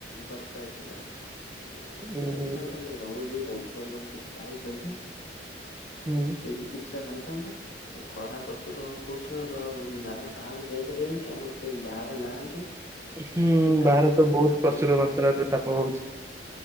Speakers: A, on the left; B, on the right.
A: ଦରକାର ଥିଲା ଟିକେ
B: ହୁଁ
A: ଆଣିଥାନ୍ତା
B: ହୁଁ
A: ମୁଁ ଘରୁକୁ ବନ୍ଧୁବାନ୍ଧବ କିଛିଟା ଆଇଚନ୍ତି
B: ହୁଁ
A: ସେ ବି କିଛିଟା ଖାଇଥାନ୍ତେ। ଆଉ ଖରା ପ୍ରଚୁର ହୋଉଥିବାରୁ ଆଉ ଦାଦା ବାହହାରାରୁ ଯାଇପାରିବନି କି ଆମର କେହି ବାହାରେ ନାହାନ୍ତି।
B: ହୁଁ
A: ସେଥିପାଇଁ
B: ବାହାରେ ତ ବୋହୁତ
A: ଆପଣ
B: ପ୍ରଚୁର ମାତ୍ରାରେ ତାପ ହୋଉଚି।